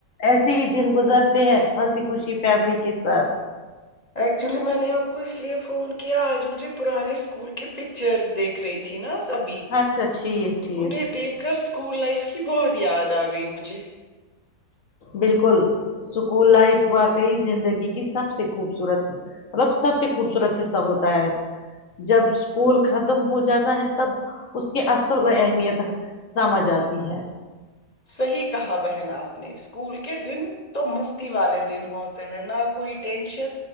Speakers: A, on the left (about 60°); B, on the left (about 30°).
A: ایسے ہی دن گزرتے ہیں ہنسی خوشی فیملی کے ساتھ
B: ایکچولی میں نے آپ کو اس لیے فون کیا آج مجھے پرانے اسکول کے پکچرز دیکھ رہی تھی نا تبھی
A: اچھا ٹھیک ٹھیک
B: انہیں دیکھ کر اسکول لائف کی بہت یاد آ گئی مجھے
A: بالکل سکول لائف واقعی زندگی کی سب سے خوبصورت مطلب سب سے خوبصورت حصہ ہوتا ہے جب اسکول ختم ہو جاتا ہے تب اس کی اصل اہمیت سمج آتی ہے
B: صحیح کہا بہن آپ اپنے اسکول کے دن تو مستی والے دن ہوتے ہیں نہ کوئی ٹینشن